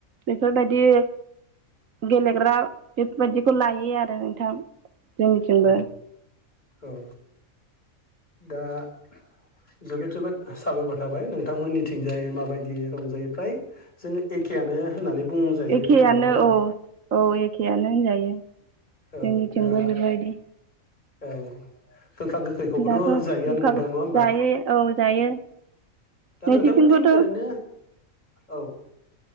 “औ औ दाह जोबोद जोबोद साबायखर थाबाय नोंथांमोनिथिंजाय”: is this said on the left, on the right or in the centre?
Left